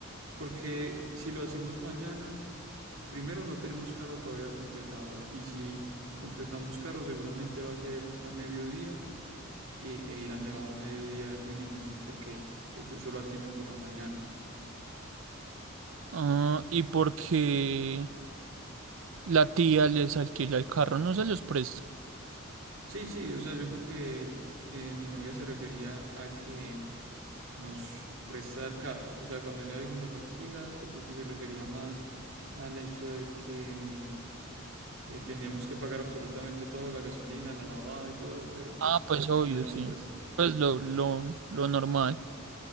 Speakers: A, on the right; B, on the right.
A: Porque si lo hacemos mañana, primero no tenemos carro todavía concretado. Y si concretamos carro, seguramente va a ser a mediodía. Y, e ir al Nevado a mediodía es muy difícil porque ellos solo atienden por la mañana.
B: ah, y porque la tía les alquila el carro, no se los presta.
A: Sí, sí, o sea, yo creo que eh, mi novia se refería a que nos presta el carro. O sea, cuando ella dijo me lo alquila, yo creo que se refería más al hecho de que mm, eh, teníamos que pagar absolutamente todo, la gasolina, la lavada y todo, pero pues
B: Ah, pues obvio,
A: ella no
B: sí.
A: lo presta.
B: Pues lo, lo, lo normal.